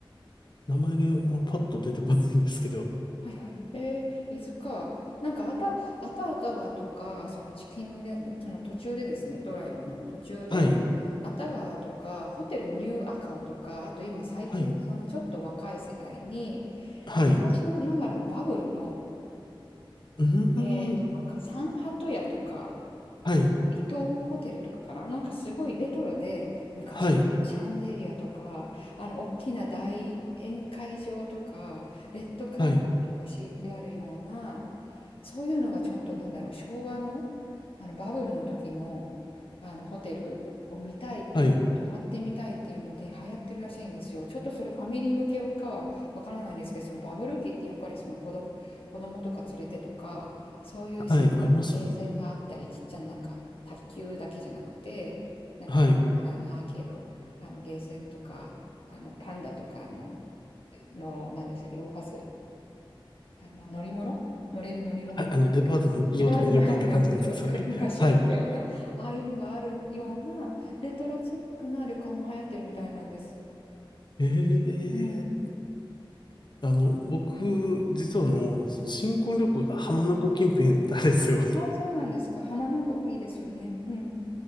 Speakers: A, on the left; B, on the left.
A: 名前が、まあ、パッと出てこないんですけど、
B: はいはい。えー、伊豆か。なんか、あた、あた川とか、そのチキンレ、その途中でですね、ドライブの途中で、
A: はい、
B: あた川とか、ホテルニューアカオとか、あと今最近、
A: はい、
B: そのちょっと若い世代に、
A: はい、
B: 昔のながらのバブルの、
A: うーん、
B: えーと、なんか、サンハト屋とか、
A: はい、
B: 伊東ホテルとかかななんかすごいレトロで、昔のシャンデリアとか、
A: はい。
B: あの、大きな大宴会場とか、レッドカーペットが敷いてあるような、
A: はい、
B: そういうのがちょっとなんだろう、昭和の、あのバブルの時の、あのホテルを見たい、
A: はい、
B: 泊まってみたいっていうので流行ってるらしいんですよ。ちょっとそれファミリー向けかはわからないんですけど、そのバブル期ってやっぱりその子ど、子供とか連れてとか、そういう施設、
A: はい、ありますよね。
B: あの、ゲーセンがあったり、ちっちゃななんか、卓球だけじゃなくて、なんか、
A: はい。
B: ながらのアーケード、あの、ゲーセンとか、あの、パンダとかあの、の、何でしたっけ、動かす、あの、乗り物、乗れる乗り物、
A: はい、あの、デパートの屋上とかによくあった感じのやつですよね。
B: レバードのハイハイ屋上とかに昔あったような、
A: はい。
B: ああいうのがあるような、レトロチックな旅館も流行ってるみたいなんです。
A: ええ
B: うん。
A: あの、僕、実はあの、その新婚旅行が浜名湖近辺なんですよ。
B: ああ、そうなんですか。浜名湖、いいですよね。うん。